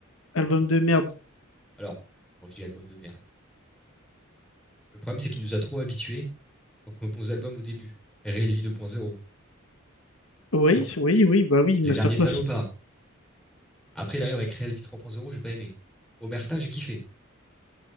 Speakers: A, on the left; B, in the centre.
A: album de merde.
B: Alors, quand je dis album de merde, le problème c'est qu'il nous a trop habitués aux bons albums au début. Real Vie 2.0,
A: Oui,
B: pur.
A: oui, oui, bah oui, masterclass.
B: Les derniers salopards. Après, il arrive avec Real Vie 3.0, j'ai pas aimé. Omerta, j'ai kiffé.